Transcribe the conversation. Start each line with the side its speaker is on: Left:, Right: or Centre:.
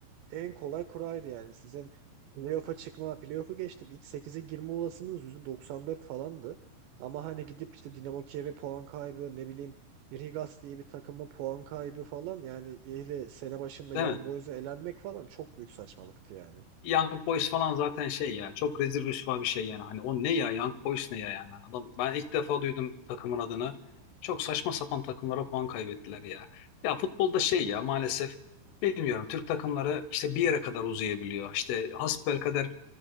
Right: en kolay kuraydı yani. Sizin playoff'a çıkma, playoff'u geçtim. İlk sekize girme olasılığınız %94 falandı. Ama hani gidip işte Dinamo Kiev'e puan kaybı, ne bileyim Rigas diye bir takıma puan kaybı falan yani ile sene başında
Left: Değil
Right: Young
Left: mi?
Right: Boys'a elenmek falan çok büyük saçmalıktı yani.
Left: Young Boys falan zaten şey ya çok rezil rüsva bir şey yani. Hani o ne ya Young Boys ne ya yani. Hani Adam, ben ilk defa duydum takımın adını. Çok saçma sapan takımlara puan kaybettiler ya. Ya futbolda şey ya maalesef bilmiyorum Türk takımları işte bir yere kadar uzayabiliyor. İşte hasbelkader